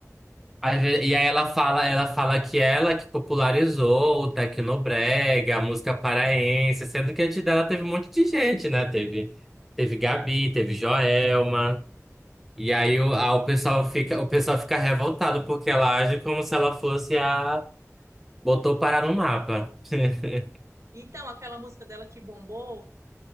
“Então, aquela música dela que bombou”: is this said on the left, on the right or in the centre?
Right